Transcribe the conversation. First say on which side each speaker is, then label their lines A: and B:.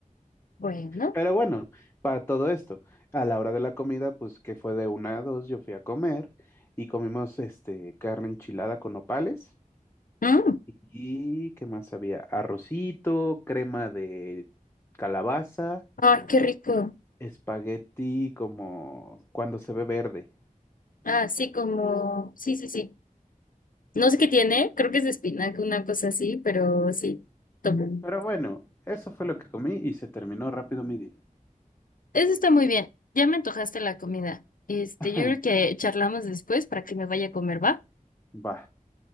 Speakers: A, on the left; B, on the left.
A: bueno.
B: Pero bueno, para todo esto, a la hora de la comida, pues que fue de una a dos, yo fui a comer y comimos este carne enchilada con nopales
A: Mm.
B: ¿Y qué más había? Arrocito, crema de calabaza,
A: Ah, qué rico.
B: espagueti como cuando se ve verde.
A: Ah, sí, como, sí, sí, sí. No sé qué tiene, creo que es de espinaca, una cosa así, pero sí, tomo.
B: Pero bueno, eso fue lo que comí y se terminó rápido mi día.
A: Eso está muy bien. Ya me antojaste la comida. Este,
B: <laughs>
A: yo creo que charlamos después para que me vaya a comer, ¿va?
B: Va,